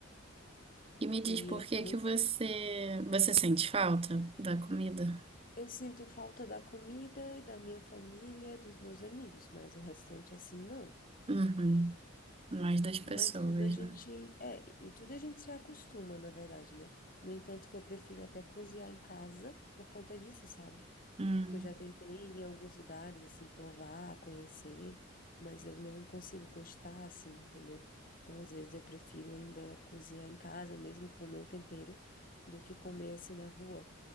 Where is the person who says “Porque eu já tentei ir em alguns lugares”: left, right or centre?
Left